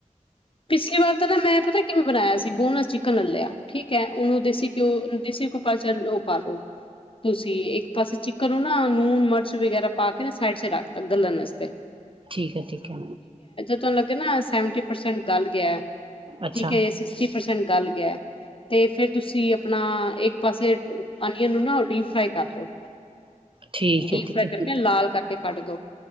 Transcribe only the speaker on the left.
ਪਿਛਲੀ ਵਾਰ ਤਾਂ ਨਾ, ਮੈਂ ਪਤਾ ਕਿਵੇ ਬਨਾਇਆ ਸੀ ਬੋਨਲੈਸ ਚਿਕਨ ਲ ਲਿਆ ਠੀਕ ਐ, ਓਨੂੰ ਦੇਸੀ ਘਿਓ, ਦੇਸੀ ਕੁ ਪਾਚ ਪਾ ਲੋ, ਤੁਸੀਂ ਇੱਕ ਪਾਸੇ ਚਿੱਕਨ ਨੂੰ ਨਾ ਨੂਨ, ਮਰਚ ਵਗੈਰਾ ਪਾ ਕੇ ਨਾ ਸਾਈਡ ਚ ਰਖ ਗੱਲਨ ਅਸਤੇ
ਤੁਹਾਨੂੰ ਲੱਗੇ ਨਾ ਸੈਵਟੀ ਪਰਸੈਂਟ ਗੱਲ ਗੇਆ
ਠੀਕ ਏ, ਸਿਸਟੀ ਪਰਸੈਂਟ ਗੱਲ ਤੇ, ਫੇਰ ਤੁਸੀ ਅਪਣਾ ਏਕ ਪਾਸੇ ਅਨੀਅਨ ਨੂੰ ਨਾ ਡੀ ਫਰਾਈ ਕਰ ਲੋ।
ਡੀਪ
ਫਰਾਈ
ਕਰਕੇ, ਲਾਲ ਕਰਕੇ ਕੱਢ ਦੋ,